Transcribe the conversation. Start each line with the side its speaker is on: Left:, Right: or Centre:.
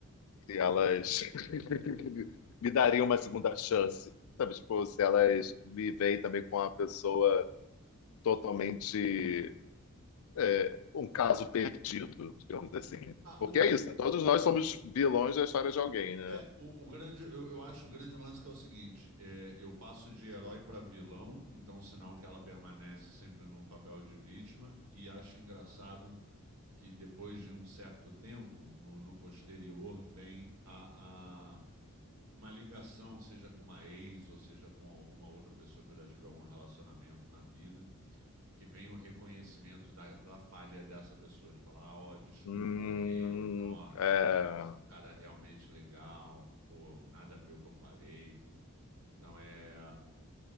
Left: se elas <laughs> me dariam uma segunda chance, sabe? Tipo, se elas me veem também com uma pessoa totalmente é, um caso perdido, digamos assim.
Right: Ah,
Left: Porque
Right: o,
Left: é isso, né? todos nós somos vilões da história de alguém, né?
Right: É, o, o grande, eu, eu acho o grande lance que é o seguinte: é, eu passo de herói para vilão, então sinal que ela permanece sempre no papel de vítima, e acho engraçado que depois de um certo tempo, no, no posterior, vem a, a- uma ligação, seja com uma ex, ou seja com alguma outra pessoa que eu já tive algum relacionamento na vida, que vem o reconhecimento da, da falha dessa pessoa, de falar, ah, ó, desculpa,
Left: Hum,
Right: eu errei, ou então, ó
Left: é,
Right: você é um cara realmente legal, pô, nada a ver o que eu falei. Então é,